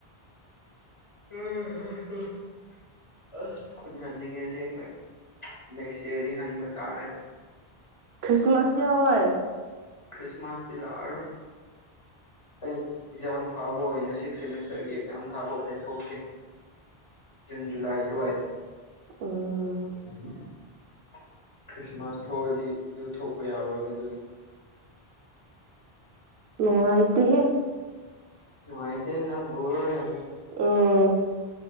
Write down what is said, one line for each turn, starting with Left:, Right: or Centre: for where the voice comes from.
Left: <unintelligible> ꯑꯁ ꯈꯨꯟ ꯍꯟꯅꯤꯡꯉꯦ ꯑꯁꯦꯡꯕꯩ ꯅꯦꯛꯁ ꯌꯥꯔꯗꯤ ꯍꯟꯕ ꯇꯥꯔꯦ
Right: ꯈ꯭ꯔꯤꯁꯃꯥꯁ ꯌꯥꯋꫭꯏ
Left: ꯈ꯭ꯔꯤꯁꯃꯥꯁꯇꯤ ꯂꯥꯛꯑꯔꫭꯏ ꯑꯩ ꯑꯦꯛꯖꯥꯝ ꯊꯥꯕ ꯑꯣꯏꯅ ꯁꯤꯛꯁ ꯁꯦꯃꯤꯁꯇꯔꯒꯤ ꯑꯦꯛꯖꯥꯝ ꯊꯥꯕ ꯑꯣꯏꯅ ꯊꯣꯛꯀꯦ ꯖꯨꯟ ꯖꯨꯂꯥꯏ ꯑꯗꯨꯋꯥꯏꯗ
Right: ꯎꯝ
Left: <unintelligible> ꯈ꯭ꯔꯤꯁꯃꯥꯁ ꯊꯣꯛꯑꯗꯤ ꯗꯨ ꯊꯣꯛꯄ ꯌꯥꯔꯣꯏꯕ ꯗꯨꯒꯤ
Right: ꯅꯨꯉꯥꯏꯇꯦꯍꯦ
Left: ꯅꯨꯉꯥꯏꯇꯦ ꯅꯪ ꯎꯔꯔꫭꯏ ꯍꯟꯗꯛ
Right: ꯎꯝ